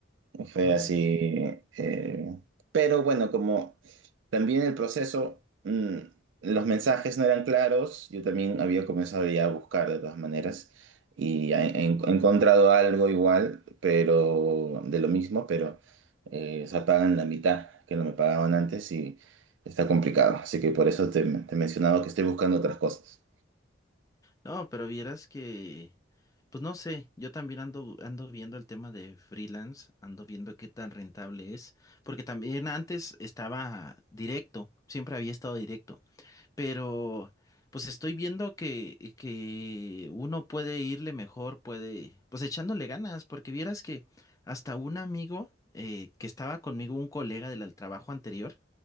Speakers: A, on the right (about 75°); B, on the left (about 20°).
A: fue
B: <laughs> Ay.
A: así. eh, pero bueno, como también el proceso, mm, los mensajes no eran claros, yo también había comenzado ya a buscar de todas maneras y he, he encontrado algo igual, pero de lo mismo, pero eh, se pagan la mitad que no me pagaban antes y está complicado. Así que por eso te, te mencionaba que estoy buscando otras cosas.
B: No, pero vieras que, pues no sé, yo también ando, ando viendo el tema de freelance, ando viendo qué tan rentable es, porque también antes estaba directo, siempre había estado directo. pero pues estoy viendo que, que uno puede irle mejor, puede, pues echándole ganas, porque vieras que hasta un amigo eh, que estaba conmigo, un colega del al trabajo anterior,